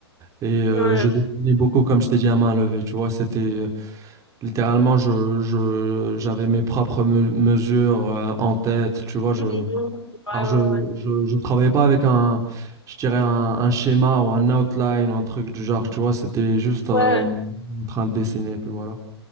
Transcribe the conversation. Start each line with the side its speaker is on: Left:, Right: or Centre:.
Right: Et euh,
Left: ouais,
Right: je dessinais beaucoup, comme je t'ai dit, à main levée. Tu vois, c'était euh, littéralement, je, je, j'avais mes propres me- mesures euh, en tête. Tu vois, je,
Left: ouais,
Right: alors je,
Left: ouais,
Right: je, je travaillais pas avec un, je dirais, un, un schéma ou un outline ou un truc du genre. Tu vois, c'était juste euh,
Left: ouais,
Right: en train de dessiner. Puis voilà.